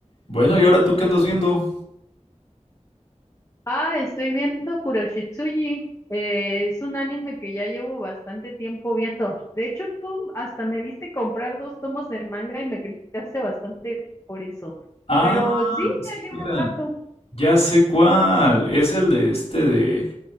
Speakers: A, on the left; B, on the left.
A: Bueno, ¿y ahora tú qué andas viendo?
B: Ah, estoy viendo Kuroshitsuji. Eh, es un anime que ya llevo bastante tiempo viendo. De hecho, tú hasta me viste comprar dos tomos de manga y me criticaste bastante por eso.
A: Ah,
B: Pero sí,
A: espera.
B: ya llevo un rato.
A: Ya sé cuál. Es el de este de.